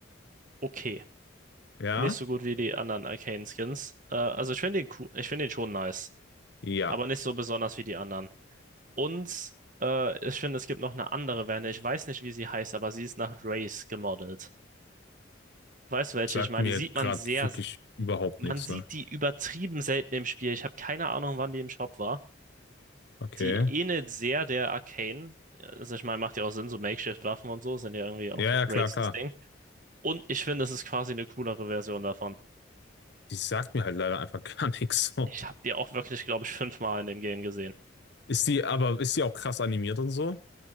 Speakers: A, on the right; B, on the left.
A: okay.
B: Ja?
A: Nicht so gut wie die anderen Arcane Skins. Äh, also ich finde den, cool- ich finde den schon nice.
B: Ja.
A: Aber nicht so besonders wie die anderen. Und äh, ich finde, es gibt noch eine andere Wende. Ich weiß nicht, wie sie heißt, aber sie ist nach Race gemodelt. Weißt du welche?
B: Sagt
A: Ich meine,
B: mir
A: die sieht
B: gerade
A: man sehr,
B: wirklich überhaupt
A: Man
B: nichts,
A: sieht
B: ne?
A: die übertrieben selten im Spiel. Ich habe keine Ahnung, wann die im Shop war.
B: Okay.
A: Die ähnelt sehr der Arcane. Also ich meine, macht ja auch Sinn, so Makeshift-Waffen und so sind ja irgendwie
B: Ja,
A: auch so
B: ja, klar,
A: races
B: klar.
A: Ding. Und ich finde, es ist quasi eine coolere Version davon.
B: Die sagt mir halt leider einfach <laughs> gar nichts so.
A: Ich habe die auch wirklich, glaube ich, fünfmal in dem Game gesehen.
B: Ist die, aber ist die auch krass animiert und so?